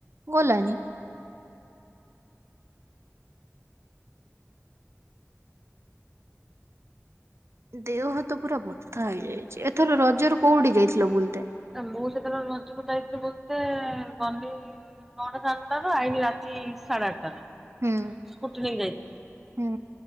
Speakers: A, on the right; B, in the centre.
A: ଗଲାନି। ଦେହ ହାତ ପୁରା ବଥା ହେଇଯାଇଚି ଏଥର ରଜର କୋଉଠି ଯାଇଥିଲ ବୁଲତେ?
B: ମୁଁ ସେତେବେଳେ ରଜକୁ ଯାଇଥିଲି ବୋଧ ହୁଏ ଗନି ନଅଟା ସାଢେ ନଟାରୁ ଆଇନି ରାତି ସାଢେ ଆଠଟାରୁ
A: ହୁଁ
B: ସ୍କୁଟି ନେଇ କି ଯାଇଥିଲି
A: ହୁଁ